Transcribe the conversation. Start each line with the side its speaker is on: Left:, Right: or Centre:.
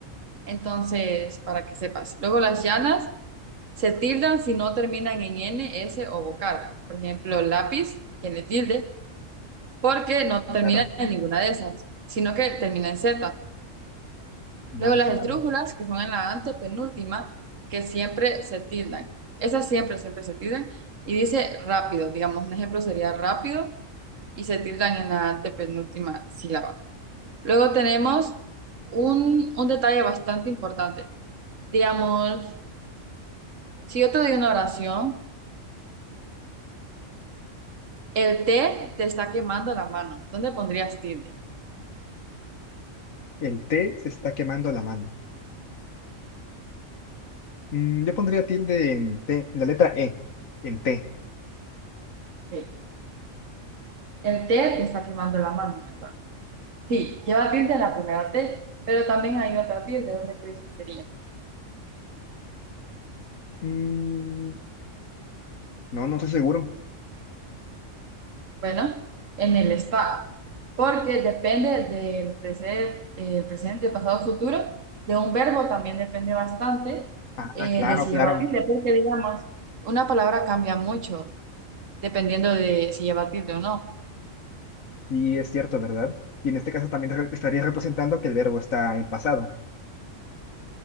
Right: Entonces, para que sepas. Luego las llanas. Se tildan si no terminan en N, S o vocal. Por ejemplo, lápiz tiene tilde porque no termina
Left: Claro,
Right: en ninguna de esas, sino que termina en Z. Luego
Left: ah,
Right: las
Left: claro.
Right: esdrújulas, que son en la antepenúltima, que siempre se tildan. Esas siempre, siempre se tildan. Y dice rápido, digamos, un ejemplo sería rápido y se tildan en la antepenúltima sílaba. Luego tenemos un, un detalle bastante importante. Digamos, si yo te doy una oración, El té te está quemando la mano. ¿Dónde pondrías tilde?
Left: El T se está quemando la mano. Mm, yo pondría tilde en T, en la letra E, en T.
Right: Ok. El té te está quemando la mano, ¿verdad? Sí, lleva tilde en la primera T, pero también hay otra tilde. ¿Dónde crees que sería?
Left: Mm, No, no estoy seguro.
Right: Bueno, en el está, porque depende del presente, eh, presente, pasado, futuro. De un verbo también depende bastante
Left: Ah,
Right: eh,
Left: claro,
Right: de si
Left: claro.
Right: lleva tilde, porque digamos, una palabra cambia mucho dependiendo de si lleva tilde o no.
Left: Sí, es cierto, ¿verdad? Y en este caso también re- estaría representando que el verbo está en pasado.